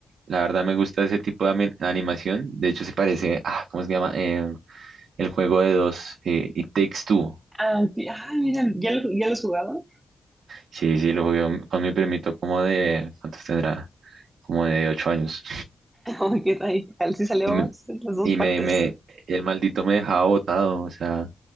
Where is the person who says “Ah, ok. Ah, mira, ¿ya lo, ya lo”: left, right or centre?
Right